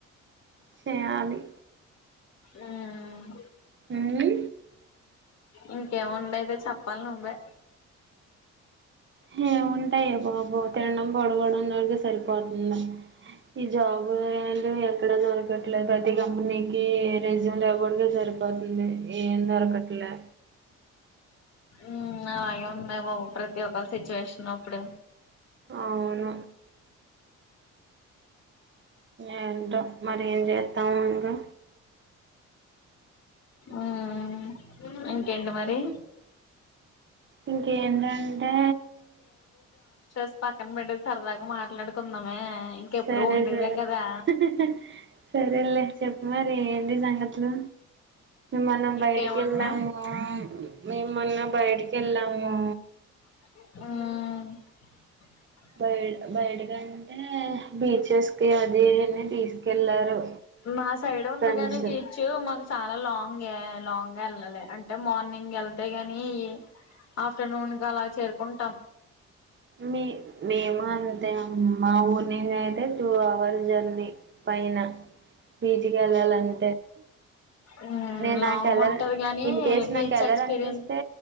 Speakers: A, on the right (about 40°); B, on the left (about 55°).
A: చేయాలి
B: ఉమ్
A: ఉమ్మ్
B: ఇంకేం ఉండేదో చెప్పాలి నువ్వే
A: హే ఉన్ యే బాబు తిండం పడుకోవడం <inaudible> సరిపోతుంది ఈ జాబ్ లు ఏందో ఎక్కడ దొరకట్లేదు ప్రతి కంపెనీకి రెజ్యూమ్ లు ఇవ్వడమె సరిపోతుంది ఏం దొరకట్లే
B: ఉమ్ అలాగే ఉంది బాబు ప్రతి ఒక్క సిచ్యువేషన్ అప్పుడు
A: అవును ఏంటో మరి ఏం చేత్తము ఇంకా
B: ఉమ్ ఇంకేంటి మరి
A: ఇంకేంటంటే
B: స్ పక్కన పెట్టేది సరదాగా మాట్లాడుకుందామే ఇంకెప్పుడు
A: సరే
B: ఉండేదే
A: సరే
B: కదా
A: హి హ్ సరేలే చెప్పు మరి ఏంటి సంగతులు మనం
B: ఇంకేమన్నా
A: బయటికి వెళ్దాము మేం మొన్న బయటికి వెళ్ళము
B: మ్
A: బయ బయట కంటే బీచెస్ కి అది తీసుకెళ్ళారు
B: మా సైడ్ ఉంది
A: ఫ్రెండ్స్
B: గాని బీచ్ మాకు చాలా లాంగ్ లాంగ్ గా వెళ్ళాలి అంటే మార్నింగ్ వెళ్తే ని ఆఫ్టర్నూన్గా అలా చేరుకుంటాం
A: మీ మేము అంతా అమ్మ మా ఊర్ నుంచి అయితే టూ అవర్స్ జర్నీ పైన బీచ్కి వెళ్ళాలని
B: మ్మ్
A: నేను నాకుెళ్ళ
B: లాంగ్ ఉంటది గాని
A: ఇన్ కేస్
B: బీచ్
A: నాకు వెళ్ళాలనిపిస్తే
B: ఎక్స్పీరియన్స్